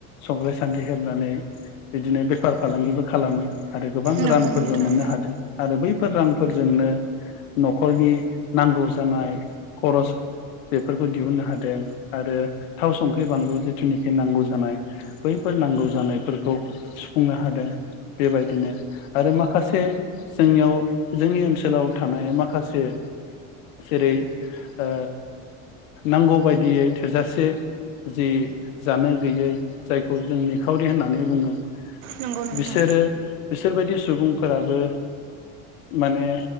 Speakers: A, on the left; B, on the right.
A: संग्राय सान्द्रि हेबनानै बिदिनो बेफार फालांगिबो खालामो आरो गोबां
B: नंगौ
A: रांफोरबो
B: नोंथां
A: मोननो हादों आरो बैफोर रांफोरजोंनो नखरनि नांगौ जानाय खरस बेफोरखौ दिहुननो हादों आरो थाव संख्रि बानलु जिथुनिखि नांगौ जानाय बैफोर नांगौ जानायफोरखौ सुफुंनो हादों। बेबायदिनो आरो माखासे जोंनियाव जोंनि ओनसोलाव थानाय माखासे जेरै ओ नांगौ बायदियै थोजासे जि जानो गैयै जायखौ जों निखावरि होननानै बुङो
B: नंगौ नोंथां
A: बिसोरो बिसोरबायदि सुबुंफोराबो माने